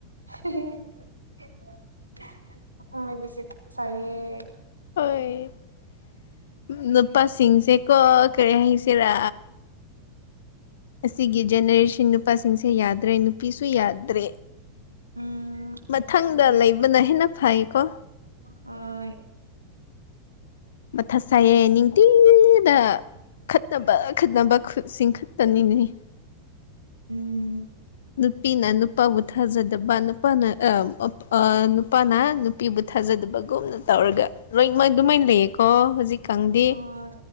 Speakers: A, on the right; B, on the left.
A: UNINTELLIGIBLE
B: INAUDIBLE ꯅꯨꯄꯥꯁꯤꯡꯁꯦ ꯀꯣ ꯀꯔꯤ ꯍꯥꯏꯁꯦꯔ ꯑꯁꯤꯒꯤ ꯖꯦꯅꯦꯔꯦꯁꯟ ꯅꯨꯄꯥꯁꯤꯡꯁꯦ ꯌꯥꯗ꯭ꯔꯦ- ꯅꯨꯄꯤꯁꯤꯡꯁꯨ ꯌꯥꯗ꯭ꯔꯦ
A: ꯎꯝ
B: ꯃꯊꯪꯗ
A: ꯅꯨꯄꯤꯁꯨ ꯌꯥꯗꯦ
B: ꯂꯩꯕꯅ ꯍꯦꯟꯅ ꯐꯩꯌꯦꯀꯣ
A: ꯍꯣꯏ
B: ꯃꯊꯥ ꯁꯥꯢꯌꯦ ꯅꯤꯡꯇꯤ UNINTELLIGIBLE
A: ꯎꯪ
B: ꯅꯨꯄꯤꯅ ꯅꯨꯄꯥꯕꯨ ꯊꯥꯖꯗꯕ ꯅꯨꯄꯥꯅ ꯑꯥ ꯑꯥꯅꯨꯄꯥꯅ ꯅꯨꯄꯤꯕꯨ ꯊꯥꯖ ꯗꯕꯒꯨꯝꯅ ꯇꯧꯔꯒ ꯂꯣꯏ ꯑꯗꯨꯃꯥꯢꯅ ꯂꯩ ꯀꯣ ꯍꯧꯖꯤꯛꯀꯟꯗꯤ
A: ꯍꯣꯏ